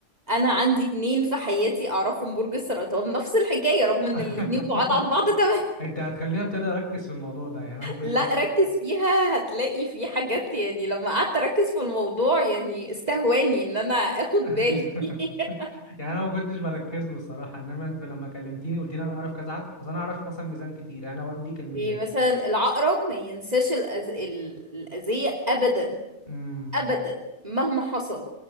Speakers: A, on the right; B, on the left.
A: انا عندي اتنين في حياتي اعرفهم برج السرطان نفس الحكايه رغم ان
B: <laughs>
A: الاتنين بعاد عن بعض تماما
B: أنت هتخليني أبتدي أركز في الموضوع ده يعني أنا ما كنتش
A: لا
B: بقى
A: ركز فيها هتلاقي في حاجات يعني لما قعدت اركز في الموضوع يعني استهواني ان انا اخد
B: <laughs>
A: بالي <laughs>
B: يعني أنا ما كنتش بركز له الصراحة إنما أنت لما كلمتيني قلت لي أنا أعرف كذا حد أصل أنا أعرف مثلا ميزان كتير أنا والدي كان ميزان
A: يعني مثلا العقرب ما ينساش الأز... ال- الأذية ابدا
B: امم
A: ابدا مهما حصل